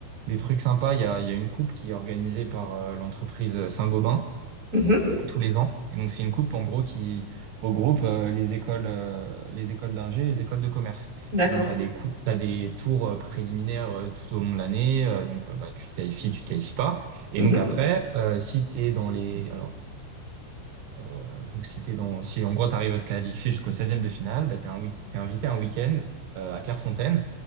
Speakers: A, on the right; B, on the right.
A: des trucs sympas. Il y a, il y a une coupe qui est organisée par euh, l'entreprise Saint-Gobain
B: Mhm,
A: tous les ans. Et donc, c'est une coupe, en gros, qui regroupe euh, les écoles, euh, les écoles d'ingé et les écoles de commerce.
B: d'accord.
A: Et donc, tu as des coupes, t'as des tours euh, préliminaires euh, tout au long de l'année. Euh, donc, euh, bah, tu te qualifies, tu te qualifies pas. Et
B: Mhm.
A: donc, après, euh, si tu es dans les... alors, euh, Donc, si t'es dans, si en gros, tu arrives à te qualifier jusqu'au seizième de finale, bah, t'es un week- t'es invité un week-end euh, à Clairefontaine.